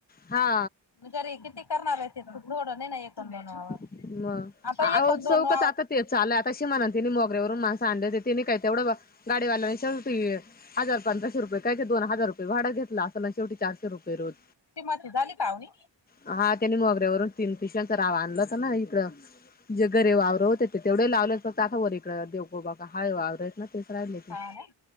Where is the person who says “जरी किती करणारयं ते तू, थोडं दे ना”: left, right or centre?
Left